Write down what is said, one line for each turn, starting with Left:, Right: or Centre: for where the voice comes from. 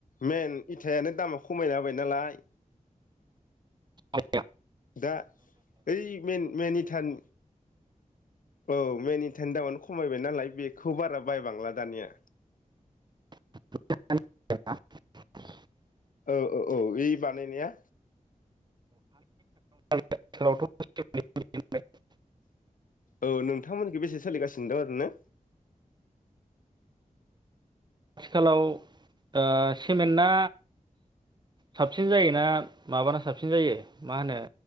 Left: मेन इथायानो दामा खमायना हाबाय नालाय।
Right: औ
Left: दा ओइ मेन मेन इथान औ मेन इथानि दामानो खमायबाय नालाय बेखौ बारा बायबांला दानिया।
Right: <unintelligible>
Left: औ औ औ बानायनाया
Right: <unintelligible>
Left: औ नोंथांमोनख बेसे सोलिगासिनो दं आरोयैनो
Right: आथिखालाव ओ सिमेन्टआ साबसिन जायोना माबाना साबसिन जायो मा होनो